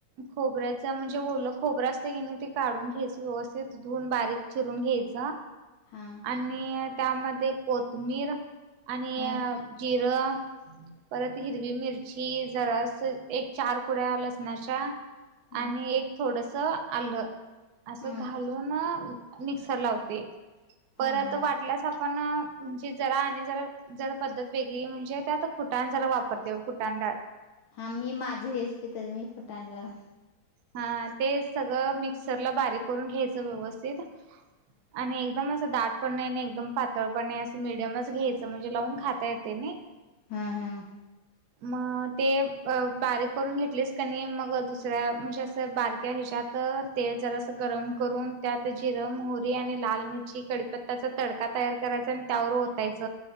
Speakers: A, on the right; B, on the left.
A: खोबऱ्याचा म्हण ते ओल खोबरं असतंय कनी ते काढून घ्यायचं, व्यवस्थित धुन बारीक चिरून घ्यायच.
B: हा
A: आणि त्यामध्ये कोत मीर आणि
B: हा
A: जिरं परत हिरवी मिरची, जरास एक चार कुड्या लसणाच्या
B: हा
A: आणि एक थोडस आल्ल असं
B: हा
A: घालूनं मिक्सर लावते
B: हा
A: परत
B: हा
A: वाटल्यास आप पण म्हणजे जरा आणि जरा जर पद्धत वेगळी म्हणजे, त्यात फुटाण जरा वापरतोय, फुटाण डाळ.
B: हा मी माझी रेशिपीेत मी फुटाण <unintelligible>
A: हा ते सगळं मीक सर ला बारीक करून घ्यायचं व्यवस्थित आणि एकदम असं दाट पण नई नई एकदम पातळ पण नई, असं मिडियमच घ्यायचं म्हणजे लावून खाता येतय नई.
B: हम्म हम्म.
A: म ते अ बारीक करून घेतलिस कनी मग दुसऱ्या म्हणजे असं बारक्या हेच्यात तेल जरासं गरम करून त्यात जिर, मोहरी आणि लाल मिरची, कडीपत्त्याचा तडका तयार करायच आणि त्यावर ओतायच